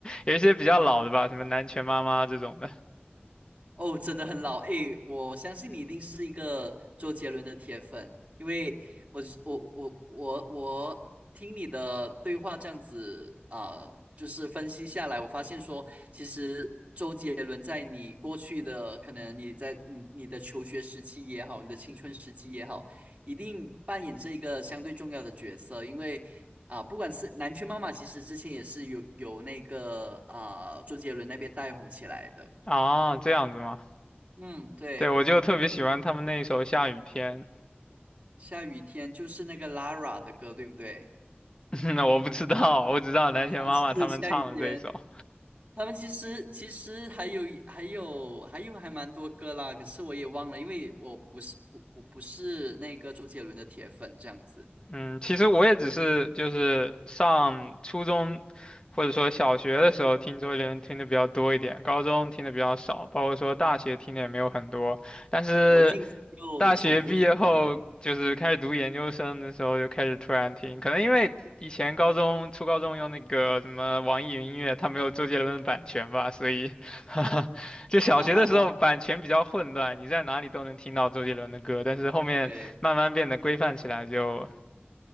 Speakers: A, on the left; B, on the right.
A: 有一些比较老的吧，什么南拳妈妈这种的
B: 哦，真的很老诶，我相信你一定是一个周杰伦的铁粉，因为我是我我我我听你的对话这样子啊、呃就是分析下来，我发现说，其实周杰伦在你过去的可能你在你你的求学时期也好，你的青春时期也好，一定扮演这一个相对重要的角色，因为。啊，不管是南拳妈妈，其实之前也是有有那个啊、周杰伦那边带红起来的。
A: 啊，这样子吗？
B: 嗯，对。
A: 对，我就特别喜欢他们那一首《下雨天》，
B: 下雨天就是那个 Lara 的歌，对不对？
A: <laughs> 那我不知道，我只知道南拳妈妈他们唱的这一首。
B: 啊，是下雨天。他们其实其实还有还有还有还蛮多歌啦，可是我也忘了，因为我不是不我不是那个周杰伦的铁粉这样子，
A: 嗯，其实我也只是就是上初中或者说小学的时候听周杰伦听的比较多一点，高中听的比较少，包括说大学听的也没有很多。但是
B: 然后近期又重复在听了，
A: 大学毕业后，就是开始读研究生的时候，就开始突然听，可能因为以前高中初高中用那个什么网易云音乐，它没有周杰伦的版权吧，所以 <laughs>
B: <laughs>
A: 就小学的时候版权比较混乱，
B: 哈哈哈哈。
A: 你在哪里都能听到周杰伦的歌，但是后面慢慢变得规范起来就。
B: 对，